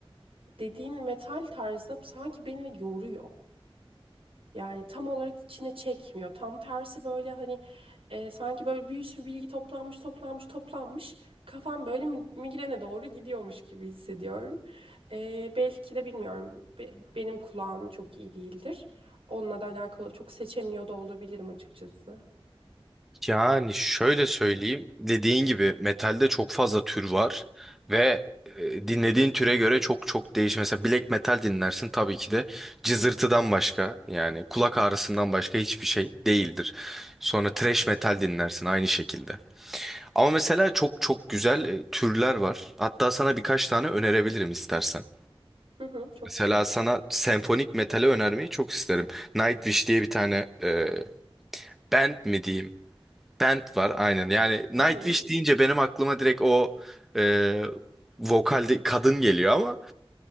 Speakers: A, on the right; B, in the centre.
A: dediğin metal tarzı sanki beni yoruyor. Yani tam olarak içine çekmiyor. Tam tersi böyle hani e, sanki böyle bir sürü bilgi toplanmış, toplanmış, toplanmış. Kafam böyle mi- migrene doğru gidiyormuş gibi hissediyorum. E, belki de bilmiyorum. Be- benim kulağım çok iyi değildir. Onunla da alakalı çok seçemiyor da olabilirim açıkçası.
B: Yani şöyle söyleyeyim, dediğin gibi metalde çok fazla tür var ve e, dinlediğin türe göre çok çok değişir. Mesela black metal dinlersin tabii ki de cızırtıdan başka yani kulak ağrısından başka hiçbir şey değildir. Sonra thrash metal dinlersin aynı şekilde. Ama mesela çok çok güzel e, türler var. Hatta sana birkaç tane önerebilirim istersen.
A: Hı hı, çok
B: Mesela
A: isterim.
B: sana senfonik metali önermeyi çok isterim. Nightwish diye bir tane e, band mi diyeyim? Band var aynen. Yani Nightwish
A: Hı hı.
B: deyince benim aklıma direkt o e, vokalde kadın geliyor ama